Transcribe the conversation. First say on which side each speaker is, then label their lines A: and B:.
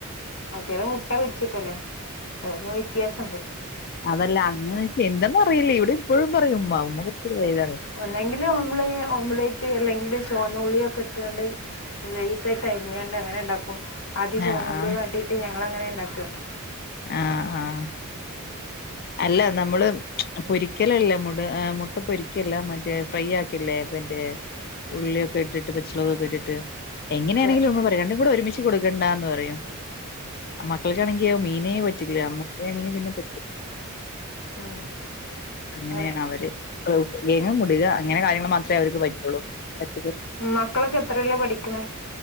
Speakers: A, on the left (about 80°); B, on the left (about 45°).
A: മറ്റേത് മുട്ട പൊരിച്ചിട്ടല്ലേ? അതൊക്കെ വ്യത്യാസമുണ്ട്
B: അതല്ല, അന്ന് വച്ച് എന്തെന്നറിയില്ല. ഇവിടെ ഇപ്പോഴും പറയും ഉമ്മ. ഉമ്മ വലുതാണ്
A: ഒന്നെങ്കില് ഓംളയ് ഓം ലേയ് <unintelligible> അല്ലെങ്കില് ചൊവന്ന ഉള്ളിയൊക്കെ ഇട്ടൊണ്ട് നൈസായിട്ട് അരിഞ്ഞോണ്ട് അങ്ങനെ ഉണ്ടാക്കും. അപ്പം ആദ്യം
B: ആ
A: ചൊവന്നുള്ളി
B: ആ
A: വാട്ടീട്ട് ഞങ്ങളങ്ങനെ ഉണ്ടാക്ക
B: ആ ആ അല്ല നമ്മള് പൊരിക്കലല്ലേ മുട മുട്ട പൊരിക്കല്ലേ മറ്റേ മുട്ട ഫ്രൈ ആക്കുവല്ലേ? മറ്റെ ഉള്ളിയൊക്കെ ഇട്ടിട്ട്, പച്ചോളകൊക്കെ ഇട്ടിട്ട്, എങ്ങനെയാണെങ്കിലും
A: അതെ
B: നമ്മ പറയാ രണ്ടും കൂടെ ഒരുമിച്ച് കൊടുക്കണ്ടാന്ന് പറയും. മക്കൾക്കാണെങ്കി മീനേ പറ്റില്ല. അമ്മുക്കാണെങ്കി പിന്നെ പറ്റും.
A: ഉം
B: അങ്ങനെയാണ്
A: അങ്ങനെ
B: അവര്. <unintelligible> അങ്ങനെ കാര്യങ്ങള് മാത്രെ അവർക്ക് പറ്റുള്ളൂ. പറ്റ്
A: മക്കളൊക്കെ എത്രേലാ പഠിക്കണ?